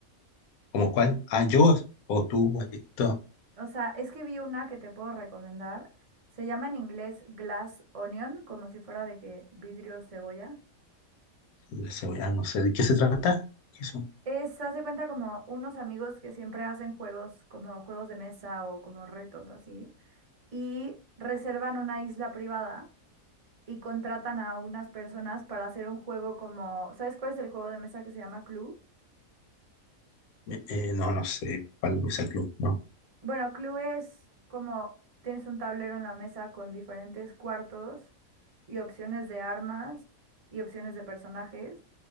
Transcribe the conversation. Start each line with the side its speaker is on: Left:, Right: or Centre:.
Left: ¿Como cuál? Ah, yo o tú, maldito.
Right: O sea, es que vi una que te puedo recomendar. Se llama en inglés Glass Onion, como si fuera de que vidrio cebolla.
Left: La cebolla, no sé. ¿De qué se trata? ¿Qué son?
Right: Es, haz de cuenta como unos amigos que siempre hacen juegos, como juegos de mesa o como retos o así, y reservan una isla privada. y contratan a unas personas para hacer un juego como, ¿sabes cuál es el juego de mesa que se llama Clue?
Left: eh, no, no sé. ¿Cuál es el club? No.
Right: Bueno, Clue es como tienes un tablero en la mesa con diferentes cuartos y opciones de armas y opciones de personajes